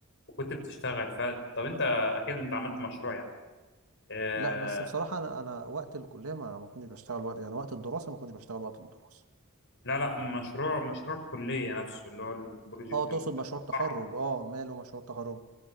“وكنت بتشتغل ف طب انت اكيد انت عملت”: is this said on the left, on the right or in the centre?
Left